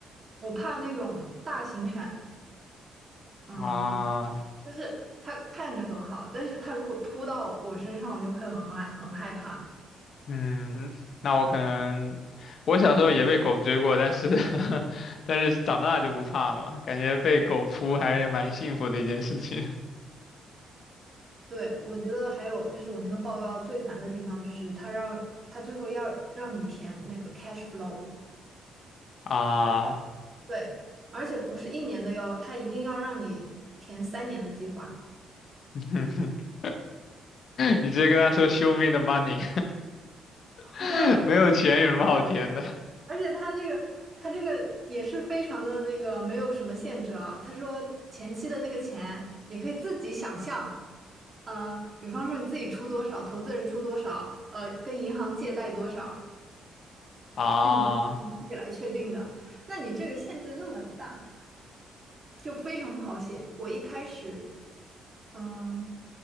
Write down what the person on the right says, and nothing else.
我怕那种大型犬，嗯，
就是它看着很好，但是它如果扑到我身上，我就会很害很害怕。
对，我觉得还有就是我那个报告最烦的地方，就是他让他最后要让你填那个 cash flow，
让对，而且不是一年的哟，他一定要让你填三年的计划。
我就
而且他这个他这个也是非常的那个没有什么限制啊。他说前期的那个钱你可以自己想象，呃，比方说你自己出多少，投资人出多少，呃，跟银行借贷多少，
嗯，你自己来确定的。那你这个限制那么大。就非常不好写。我一开始，嗯，